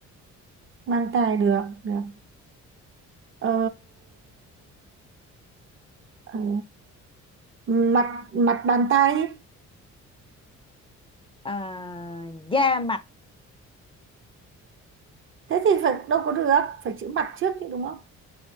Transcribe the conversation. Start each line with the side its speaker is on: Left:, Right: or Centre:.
Right: mang thai được được ờ, ờ, mặt mặt bàn tay ấy.
Left: à, da mặt
Right: thế thì phải đâu có được phải chữ mặt trước chứ đúng không